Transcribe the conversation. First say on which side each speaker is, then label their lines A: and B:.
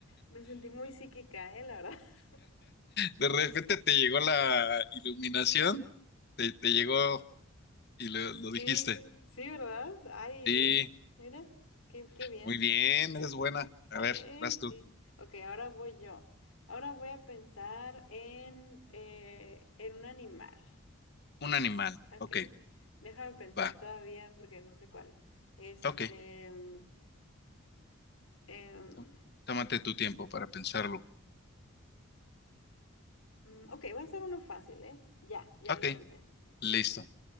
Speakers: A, on the left; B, on the left.
A: Me sentí muy psíquica, ¿eh? La verdad. <laughs>
B: De repente te llegó la iluminación, te, te llegó y lo, lo
A: Sí,
B: dijiste.
A: sí, ¿verdad? Ay,
B: Sí.
A: Dios. Mira, qué, qué bien.
B: Muy bien, eres buena. A
A: Eh,
B: ver, vas tú.
A: sí. Ok, ahora voy yo. Ahora voy a pensar en, eh, en un animal.
B: Un animal.
A: Ok.
B: Ok,
A: Déjame pensar
B: va.
A: todavía porque no sé cuál. Este.
B: Ok.
A: mm, em,
B: tó- Tómate tu tiempo para pensarlo.
A: mm, ok, va a ser uno fácil, ¿eh? Ya, ya
B: Ok,
A: lo pensé.
B: listo.